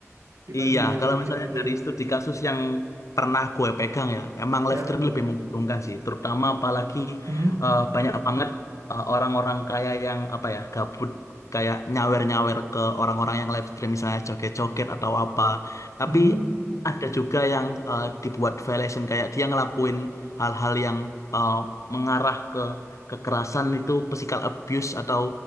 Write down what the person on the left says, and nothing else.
Iya,
kalau
misalnya
dari studi kasus yang pernah gue pegang ya, emang live
stream lebih menguntungkan sih, terutama apalagi
eh, banyak banget eh, orang-orang kaya yang apa ya, gabut kayak nyawer-nyawer ke orang-orang yang live stream misalnya joget-joget atau apa. Tapi
ada juga yang eh, dibuat violation kayak dia ngelakuin hal-hal yang eh, mengarah ke kekerasan itu physical abuse atau